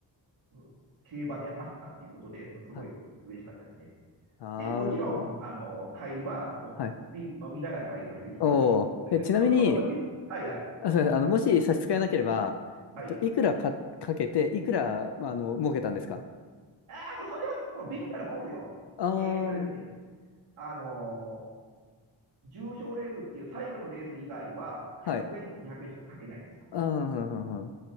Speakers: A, on the right; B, on the left.
A: うん競馬であったということで、まあすごい嬉しかったですね。
B: はい。なるほど。
A: で、もちろん、あの、帰りは、もう、
B: はい。
A: ビール飲みながら帰りました、一緒に。
B: おお。え、ちなみに、
A: そ、その時、はいはい、
B: あ、すいません。あの、もし差し支えなければ、
A: はい。
B: えっと、いくらか、かけて、いくら、あの、儲けたんですか
A: ああ、もうそれは、もうビビったらもんですよ。
B: あ
A: えーっとですね、
B: あー、
A: あのー重賞レースっていう最後のレース以外は、
B: はい。
A: 100円とか200円とかかけないんですよ。
B: ああ、